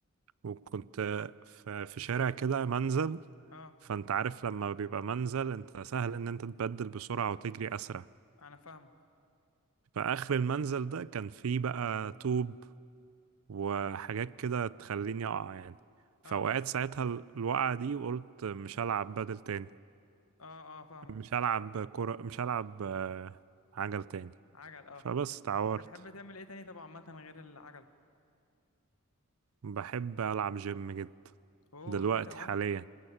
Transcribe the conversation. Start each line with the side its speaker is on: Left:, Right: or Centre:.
Right: وكنت ف- في شارع كده منزل
Left: اه
Right: فانت عارف لما بيبقى منزل انت سهل ان انت تبدل بسرعه وتجري اسرع
Left: انا فاهمك
Right: فاخر المنزل ده كان فيه بقى طوب وحاجات كده تخليني اقع يعني
Left: اه
Right: فوقعت ساعتها ال- الوقعة دي وقلت مش هلعب بدل تاني
Left: اه اه فاهمك
Right: مش هلعب كرة مش هلعب آه، عجل تاني
Left: عجل اه
Right: فبس اتعورت
Left: بتحب تعمل ايه تاني طبعا عامه غير العجل
Right: بحب ألعب جيم جدا
Left: اوه
Right: دلوقتي
Left: ايه ده وانا
Right: حاليا